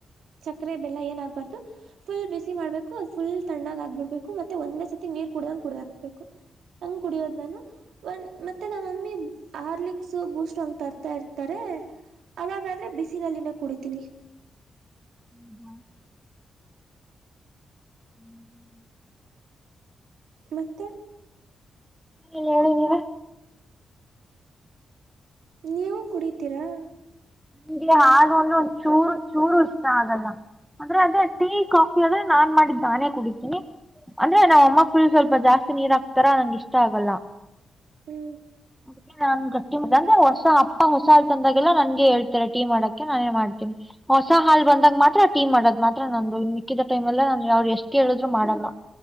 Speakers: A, on the right; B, in the centre.
A: ಸಕರೆ ಬೆಲ್ಲ ಏನ ಆಗ್ಬಾರ್ದು ಫುಲ್ ಬಿಸಿ ಮಾಡ್ಬೇಕು ಅದು ಫುಲ್ ತಣ್ಣಾಗ ಆಗ್ಬಿಡ್ಬೇಕು ಮತ್ತೆ ಒಂದೇ ಸತಿ ನೀರ್ ಕುಡ್ದಂಗ ಕುಡ್ದ ಹಾಕ್ಬೇಕು ಹಂಗ್ ಕುಡಿಯೋದ್ ನಾನು ಒಂದ್ ಮತ್ತೆ ನಮ್ಮಮ್ಮಿ ಆರ್ಲಿಕ್ಸ್ ಬೂಸ್ಟ್ ಹಂಗ್ ತರ್ತಾ ಇರ್ತಾರೆ. ಅವಾಗಾದ್ರೆ ಬಿಸಿನಲ್ಲಿನ. ಕುಡಿತೀನಿ.
B: ಹ್ಮ ಹ್ಮ. ಹ್ಮ್. <inaudible>
A: ಮತ್ತೆ.
B: ಹ ಹೇಳಿ ನೀವೇ
A: ನೀವು ಕುಡಿತೀರಾ.
B: ನಂಗೆ ಹಾಗ ಒಂದು ಚೂರು ಚೂರು ಇಷ್ಟ ಆಗಲ್ಲ ಅಂದ್ರೆ ಅದೇ ಟೀ ಕಾಫಿ ಆದ್ರೆ ನಾನ್ ಮಾಡಿ ದಾನೇ ಕುಡಿತೀನಿ ಅಂದ್ರೆ ನ ಅಮ್ಮ ಫುಲ್ ಸ್ವಲ್ಪ ಜಾಸ್ತಿ ನೀರು ಹಾಕ್ತಾರ ನಂಗೆ ಇಷ್ಟ ಆಗಲ್ಲ.
A: ಹ್ಞೂ
B: ಅದಕ್ಕೆ ನಾನ್ ಗಟ್ಟಿುದು ಅಂದೆ ಹೊಸ ಅಪ್ಪಾ ಹೊಸ ಆತಂದಾಗೆಲ್ಲ ನನ್ಗೆ ಹೇಳ್. ರ ಟೀ ಮಾಡಕ ನಾನೇ ಮಾಡ್ತೀನಿ ಹೊಸ ಹಾಲ್ ಬಂದಾಗ ಮಾತ್ರ ಟೀ ಮಾಡೋದ್ ಮಾತ್ರ ನಂದು. ಮಿಕ್ಕಿದ ಟೈಮ್ ಎಲ್ಲ ನಾನ್ ಅವ್ರು ಎಷ್ಟ್ ಕೇಳಿದ್ರು ಮಾಡಲ್ಲ